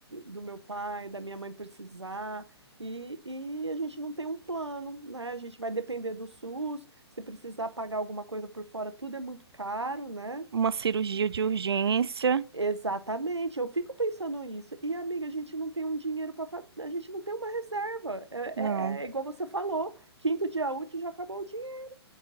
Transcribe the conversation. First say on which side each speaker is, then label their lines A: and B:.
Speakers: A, on the right; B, on the right.
A: do meu pai, da minha mãe precisar, e, e a gente não tem um plano, né? A gente vai depender do SUS, se precisar pagar alguma coisa por fora, tudo é muito caro, né?
B: Uma cirurgia de urgência?
A: Exatamente, eu fico pensando isso. E, amiga, a gente não tem um dinheiro para a gente não tem uma reserva. É,
B: Não.
A: é- é igual você falou, quinto dia útil já acabou o dinheiro.